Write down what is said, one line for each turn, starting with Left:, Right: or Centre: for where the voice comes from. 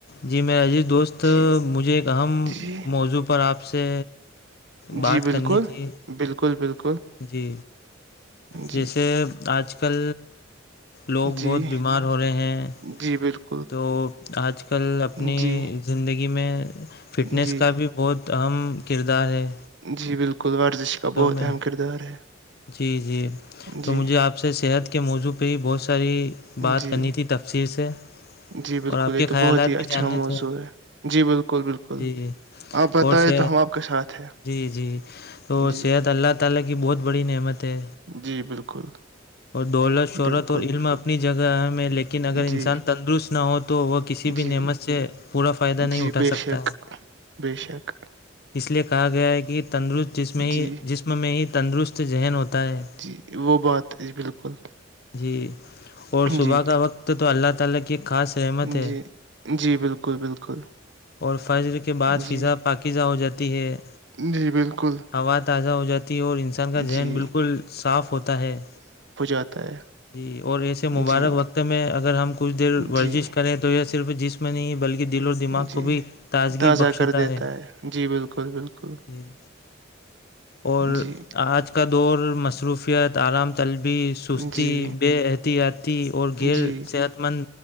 Left: جی میر عجیت دوست
Right: جی
Left: مجھے ایک اہم
Right: جی
Left: موضوع پر آپ سے بات
Right: جی بالکل
Left: کرنی تھی
Right: بالکل بالکل
Left: جی
Right: جی
Left: جیسے آج کل لوگ
Right: جی
Left: بہت بیمار ہو رہے ہیں
Right: جی بالکل
Left: تو آج کل اپنی
Right: جی
Left: زندگی میں فٹنس
Right: جی
Left: کا بھی بہت تو اہم کردار ہے
Right: جی بالکل ورزش کا
Left: تو
Right: بہت
Left: میں
Right: اہم کردار ہے
Left: جی جی تو
Right: جی
Left: مجھے آپ سے صحت کے موضوع پہ ہی بہت سی بات
Right: جی
Left: کرنی تھی تفسیر سے
Right: جی بالکل
Left: اور آپ
Right: یہ
Left: کے
Right: تو
Left: خیالات
Right: بہت ہی اچھا
Left: بھی جاننے
Right: موضوع
Left: تھے
Right: ہے جی بالکل بالکل
Left: جی جی
Right: آپ بتائیں
Left: اور ش
Right: تو ہم آپ کے ساتھ ہیں
Left: جی جی تو
Right: جی
Left: سحت اللہ تعالی کی بہت بڑی نعمت ہے
Right: جی بالکل
Left: اور دولت شہرت
Right: بالکل
Left: اور علم اپنی جگہ میں لیکن اگر
Right: جی
Left: انسان تندرست نہ ہو تو وہ کسی
Right: جی
Left: بھی نعمت سے پورا فائدہ نہیں
Right: جی
Left: اٹھا
Right: بے
Left: سکتا
Right: شک
Left: ہے
Right: بے شک
Left: اس لیے کہا گیا ہے کہ تندرست
Right: جی
Left: جسم میں ہی تندرست ذہن ہوتا ہے
Right: جی وہ بات ہیں بالکل
Left: جی اور صبح
Right: جی
Left: کا وقت تو اللہ تعالی کی ایک خاص رحمت ہے
Right: جی جی بالکل بالکل
Left: اور فضر کے بعد
Right: جی
Left: فضا پاکی ہو جاتی ہے
Right: جی بالکل
Left: ہوا تازہ ہو جاتی ہے اور کا ذہن
Right: جی
Left: بالکل صاف ہوتا ہے
Right: پتا ہے
Left: جی اور ایسے مبارک
Right: جی
Left: وقت میں اگر ہم کچھ دیر ورزش
Right: جی
Left: کر ہیں تو یہ صرف جسم نہیں ہے بلکہ دو دل اور دماغ کو
Right: جی
Left: بھی تازگی
Right: تازہ
Left: بخشتا
Right: کر دیتا
Left: ہے
Right: جی بالکل بالکل
Left: ج اور
Right: جی
Left: آج کا دور مصروفیت آرام طلبی سستی
Right: جی
Left: بے احتیاطی اور ھییر
Right: جی
Left: صحت مند